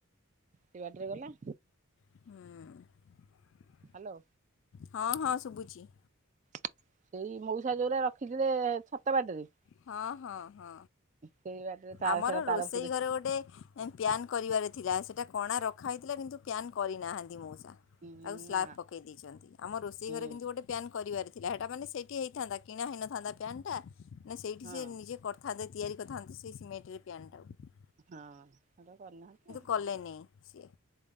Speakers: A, on the right (about 35°); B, on the left (about 60°).
A: ସେ ବାଟରେ ଗଲା
B: ହୁଁ।
A: ହ୍ୟାଲୋ।
B: ହଁ ହଁ ଶୁବୁଚି।
A: ସେଇ ମଉସା ଯଉରା ରଖିଥିଲେ ଛାତ ବାଟରେ
B: ହଁ ହଁ ହଁ
A: ସେଇ ବାଟରେ ତା
B: ଆମର
A: ସେରା
B: ରୋଷେଇ
A: ତାର ପୁରେ
B: ଘରେ ଗୋଟେ ପ୍ୟାନ୍ କରିବାର ଥିଲା ସେଇଟା କଣା ରଖା ହୋଇଥିଲା କିନ୍ତୁ ପ୍ୟାନ୍ କରିନାହାନ୍ତି ମଉସା।
A: ହୁଁ।
B: ସ୍ଲାବ
A: ନା
B: ପକେଇ ଦେଇଛନ୍ତି। ଆମ ରୋଷେଇ
A: ହୁଁ
B: ଘରେ କିନ୍ତୁ ଗୋଟେ ପ୍ୟାନ୍ କରିବାର ଥିଲା ହେଟା ମାନେ ସେଇଠି ହେଇଥାନ୍ତା, କିଣା ହେଇନଥାନ୍ତା ପ୍ୟାନ ଟା ନା ସେଇଠି
A: ହଁ
B: ସେ ନିଜେ କରିଥାନ୍ତେ ତିଆରି କରିଥାନ୍ତେ ସେ ସିମେଟରେ ପ୍ୟାନ ଟାକୁ।
A: ହଁ ସେଟା କରିନାହାନ୍ତି ଆଉ।
B: କଲେନି ସିଏ।